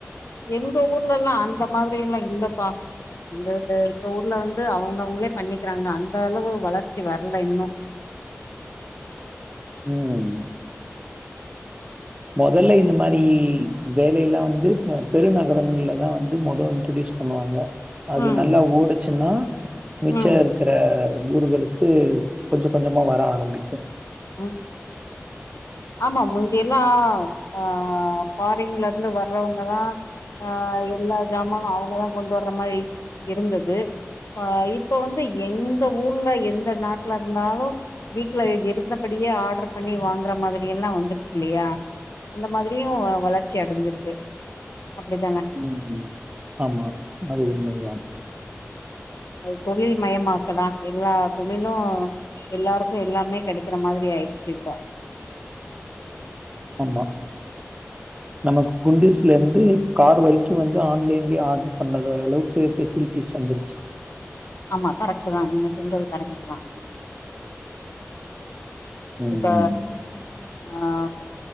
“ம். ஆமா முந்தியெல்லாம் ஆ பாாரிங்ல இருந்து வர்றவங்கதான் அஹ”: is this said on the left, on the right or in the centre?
Left